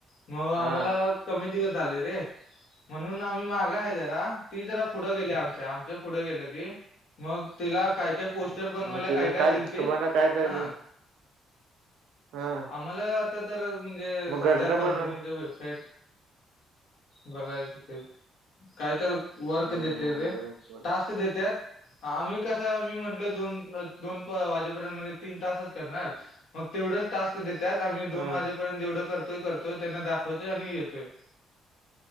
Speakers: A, on the left (about 75°); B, on the right (about 85°).
A: मग
B: हा
A: आम्हाला कमी दिवस झाले रे म्हणून आम्ही मागा आहे जरा. ती जरा पुढं गेल्या आमच्या आमच्या पुढे गेल्या ती मग तिला काय काय पोस्टर बनवायला
B: मग त्याला
A: काय काय दिलतीत
B: तुम्हाला काय काय
A: हा.
B: कर- हा.
A: आम्हाला आता तर म्हणजे
B: मग
A: सध्या
B: घरनं
A: कंपनीच
B: बनव
A: वेबसाईट बघायच ते काय तर वर्क
B: हम्म
A: देते ते?
B: बर बर
A: टास्क देत्यात आम्ही कसं म्हंटल दोन दोन वाजे <inaudible> तीन तासच करणार मग तेवढेच टास्क देत्यात आम्ही दोन
B: हा
A: वाजेपर्यंत जेवढं करतोय करतो. तो त्यांना दाखवतोय आणि येतोय